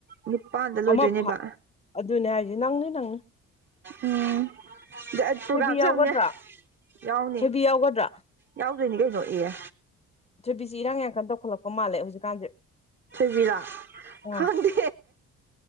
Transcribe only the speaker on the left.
ꯑꯃ ꯑꯗꯨꯅꯦ ꯍꯥꯏꯁꯦ ꯅꯪꯅꯦ ꯅꯪꯅꯤ
ꯊꯣꯏꯕꯤ ꯌꯥꯎꯒꯗ꯭ꯔꯥ
ꯊꯣꯏꯕꯤ ꯌꯥꯎꯒꯗ꯭ꯔꯥ
ꯊꯣꯏꯕꯤꯁꯤ ꯏꯔꯥꯡ ꯌꯥꯡꯀꯟ ꯇꯈꯠꯂꯄ ꯃꯥꯜꯂꯦ ꯍꯧꯖꯤꯛꯀꯥꯟꯁꯦ
ꯑꯥ